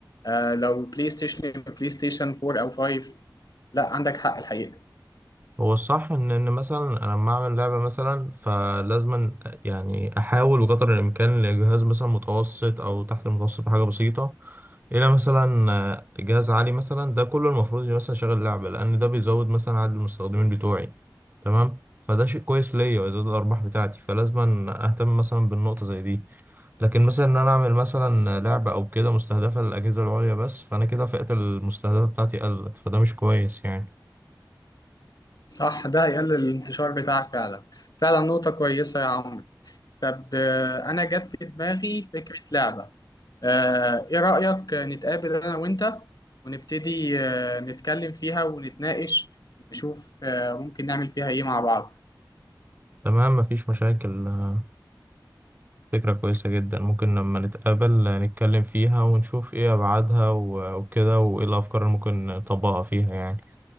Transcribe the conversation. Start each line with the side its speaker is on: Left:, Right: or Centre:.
Left: آه لو بلاي ستيشن بلاي ستيشن 4 او 5 لا عندك حق الحقيقه
Right: هو الصح ان ان مثلا انا لما اعمل لعبه مثلا فلازم يعني احاول بقدر الامكان لجهاز مثلا متوسط او تحت المتوسط بحاجه بسيطه الى مثلا آه، جهاز عالي مثلا ده كله المفروض مثلا شغل لعبه لان ده بيزود مثلا عدد المستخدمين بتوعي تمام فده شيء كويس ليا ويزود الارباح بتاعتي فلازم اهتم مثلا بالنقطه زي دي لكن مثلا ان انا اعمل مثلا لعبه او كده مستهدفه للاجهزه العليا بس فانا كده فئه المستهدفه بتاعتي قلت فده مش كويس يعني
Left: صح ده هيقلل الانتشار بتاعك فعلا فعلا نقطه كويسه يا عمرو طب آه انا جت في دماغي فكره لعبه آه، إيه رأيك نتقابل أنا وأنت ونبتدي آه، نتكلم فيها ونتناقش نشوف آه، ممكن نعمل فيها إيه مع بعض
Right: تمام مفيش مشاكل آه، فكرة كويسة جدا ممكن لما نتقابل آه، نتكلم فيها ونشوف ايه أبعادها و- وكده وايه الأفكار اللي ممكن نطبقها فيها يعني